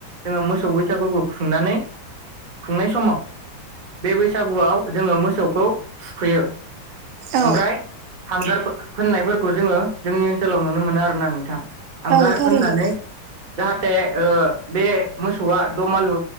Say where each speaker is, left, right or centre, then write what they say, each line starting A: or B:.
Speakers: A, on the right (about 65°); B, on the right (about 80°).
A: जोङो मोसौ बैसागुखौ खुंनानै खुंनाय समाव बे बैसागुआव जोङो मोसौखौ थुखैयो ।
B: औ
A: ओमफ्राय हांगारफोर फोननायफोरखौ जोङो जोंनि ओनसोलाव नुनो मोनो आरोना नोंथां । हांगार
B: औ थारैनो
A: फोननानै जाहा थे ओ बे मोसौआ दमालु